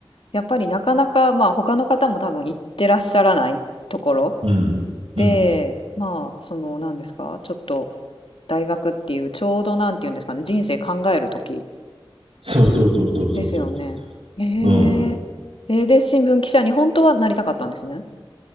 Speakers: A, on the left; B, on the right.
A: やっぱりなかなか、まあ、他の方も多分行ってらっしゃらないところ
B: うん。うん。
A: で、まあ、その、なんですか、ちょっと大学っていう、ちょうどなんていうんですかね、人生考える時
B: そうそうそうそうそうそうそ
A: ですよね。え
B: う。うん。
A: え。えー、で、新聞記者に本当はなりたかったんですね。